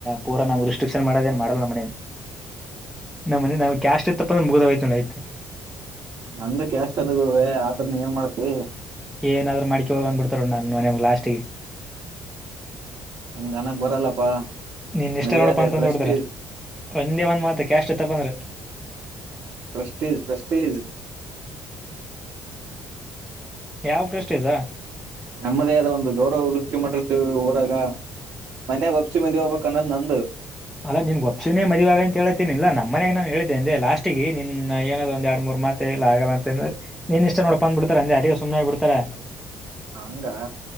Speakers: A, in the centre; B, on the right.
A: ಪೂರಾ ನಾ್ವು ರಿಸ್ಟ್ರಿಕ್ಷನ್ ಮಾಡದ ಏನ್ ಮಾಡಲ್ಲ ಮನೆ ನಮ್ಮನೆ ನಮ್ಗೆ ಕ್ಯಾಶಟ್ ಇತ್ತಪ್ಪ ನಮಗೆ ಗದಯ ಆಯತೆ
B: ನಂದಕ್ಕೆ ಅಷ್ಟ ಅದ ಗುರ್ರುವೇ ಆದ್ರ ನೀ ಏನ್ ಮಾಡ್ತಿ
A: ಏನಾದ್ರು ಮ್ಕಿ ಹೋಗಂದ್ ಬಿಡ್ತಾರ ನನ್ ಮನಮ ಲಾಸ್ಟ್ಗ
B: ಹಂಗ ಅನಕ್ ಬರಲ್ಲಪ್ಪಾ
A: ನಿನ್ ಇಷ್ಟ
B: ಮರ್ಯಾದೆ
A: ನೋಡಪ ಅಂತ
B: ಪ್ರಸ್ಜ
A: ಅಂದ್ ಬಿಡ್ತಾರ ಒಂದೇ ಒಂದ್ ಮಾತಕ್ಕೆ್ಯಾಷ್ಟ ತಪ್ಪ ಅಂದ್ರೆ
B: ಪ್ರಸ್ಟೀಜ್ ಪ್ರಸ್ಟೀಜ್
A: ಯಾವ ಪ್ರಶ್ನೆ ಇದದಾ
B: ನಮ್ಮದೇ ಆದದ ಒಂದು ಗೌರವ ಉಳಕ ಮಾಡಿರ್ತವಿ ಊರಾಗ ಮನೆ ಒ ಹಿಮಿ ಹೋಗಬಬೇಕ ಕನ್ನ ನಂದು
A: ಅಲ್ಲ ನೀನ್ ಗಪ್ಸಿನನೆ ಮದುವಾಗ ಅಂತ ಹೇಳಳ್ತಿನಿ ಇಲ್ಲ ನಮ್ಮ ಮನ್ಯಾಗ ನಾು ಹೇಳಿದ್ದೆ ಅಂದೆ ಲಾಸ್ಟಗ ನಿನ್ ಏನಾದ್ ಒಂದ ಎರಡ್ ಮೂರು ಮಾತೆ ಇಲ್ಲ ಆಗಲ್ಲ ಅಂತಂದ್ರ ನೀನ್ ಇಷ್ಟ ನೋಡ್ಕಂದ್ ಬಿಡ್ತಾರ ಅಂದೆ ಅಲ್ಲಿಗ ಸು್ನೆ ಆಗ್ಬ ಬಿಡ್ತಾರ
B: ಹಂಗ